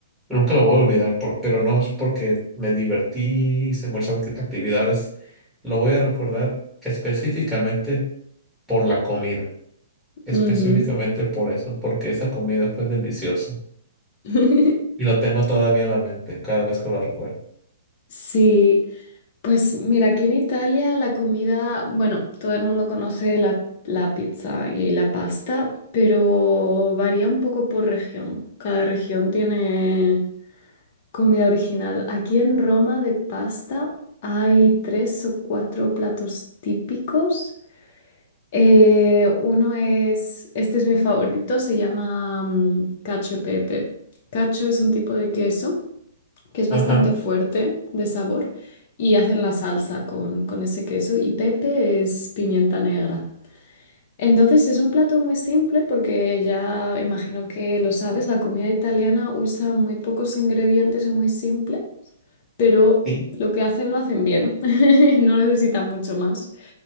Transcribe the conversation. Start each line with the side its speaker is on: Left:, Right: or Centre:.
Centre: nunca lo voy a olvidar, por- pero no es porque me divertí, hice muchas act- actividades. Lo voy a recordar específicamente por la comida, específicamente
Left: ujú.
Centre: por eso, porque esa comida fue deliciosa
Left: <laughs>
Centre: y lo tengo todavía en la mente cada vez que lo recuerdo.
Left: Sí, pues mira, aquí en Italia la comida, bueno, todo el mundo conoce la, la pizza y la pasta, pero varía un poco por región. Cada región tiene Comida original. Aquí en Roma de pasta hay tres o cuatro platos típicos. Eh, uno es, este es mi favorito, se llama mm, cacio e pepe. Cacio es un tipo de queso que es bastante
Centre: Ajá,
Left: fuerte de sabor y hacen la salsa con, con ese queso y pepe es pimienta negra. Entonces es un plato muy simple porque ya imagino que lo sabes, la comida italiana usa muy pocos ingredientes y muy simple, pero
Centre: sí,
Left: lo que hacen lo hacen bien, <laughs> no necesitan mucho más.